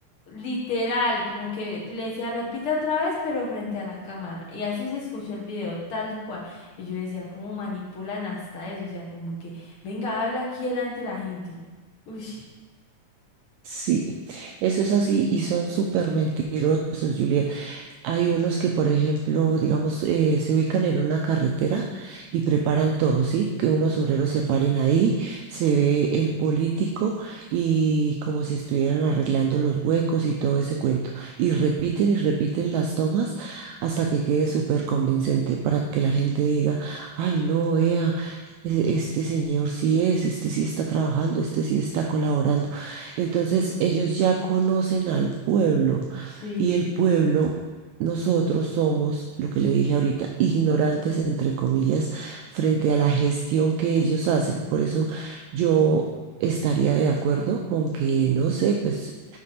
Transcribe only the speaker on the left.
Literal, como que le decía, repita otra vez, pero frente a la cámara. Y así se escuchó el video, tal cual. Y yo decía, ¿cómo manipulan hasta eso? O sea, como que, venga, habla aquí delante de la gente. Uy,
Sí,